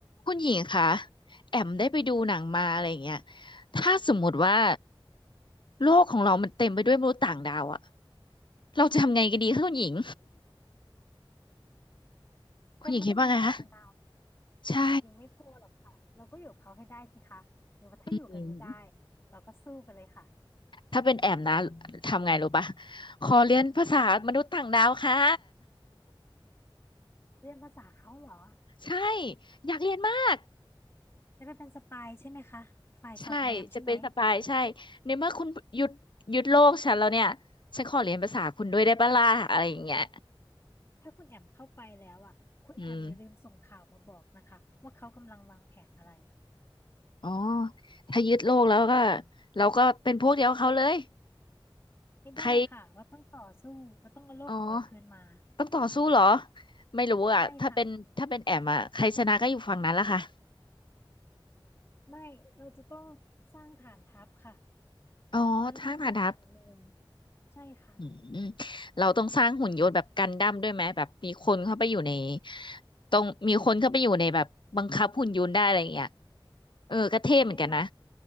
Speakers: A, on the left; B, on the left.
A: คุณหญิงคะแอมได้ไปดูหนังมาอะไรอย่างเงี้ยถ้าสมมุติว่าโลกของเรามันเต็มไปด้วยมนุษย์ต่างดาวอะเราจะทำไงกันดีคะคุณหญิง <laughs>
B: เต็มไปด้วยมนุษย์ต่างดาวย
A: คุณหญิงคิดว่าไงคะใช่
B: ญิงไม่กลัวหรอกค่ะเราก็อยู่กับเขาให้ได้สิคะหรือว่าถ้าอยู่กันไม่ได้
A: อืม
B: เราก็สู้ไปเลยค่ะ
A: ถ้าเป็นแอมนะทำไงรู้ปะขอเรียนภาษามนุษย์ต่างดาวค่ะ
B: เรียนภาษาเขาเหรอ
A: <laughs> ใช่อยากเรียนมาก
B: จะไปเป็นสปายใช่ไหมคะฝ่ายสอดแนมใช่ไหม
A: ใช่จะเป็นสปายใช่ในเมื่อคุณหยุดหยุดโลกฉันแล้วเนี่ยฉันขอเรียนภาษาคุณด้วยได้ปะล่ะอะไรอย่างเงี้ย
B: ถ้าคุณแอมเข้าไปแล้วอ่ะคุณแอมอย่าลืมส่งข่าวมาบอกนะคะว่าเขากำลังวางแผนอะไร
A: อืม อ๋อถ้ายึดโลกแล้วก็เราก็เป็นพวกเดียวกับเขาเลย
B: ไม่ได้ค่ะเราต้องต่อสู้เราต้องเอาโลกของเราคืนมา
A: ใครอ๋อต้องต่อสู้เหรอไม่รู้อ่ะถ้าเป็นถ้าเป็นแอมอ่ะใครชนะก็อยู่ฝั่งนั้นละค่ะ
B: ใช่ค่ะไม่เราจะต้องสร้างฐานทัพค่ะ
A: อ๋อทางผ่านทัพ
B: เราจะต้องฝึกฝีมือใช่ค่ะ
A: อืมเราต้องสร้างหุ่นยนต์แบบกันดั้มด้วยไหมแบบมีคนเข้าไปอยู่ในต้องมีคนเข้าไปอยู่ในแบบบังคับหุ่นยนต์ได้อะไรอย่างเงี้ยเออก็เท่เหมือนกันนะ
B: ใช่ค่ะ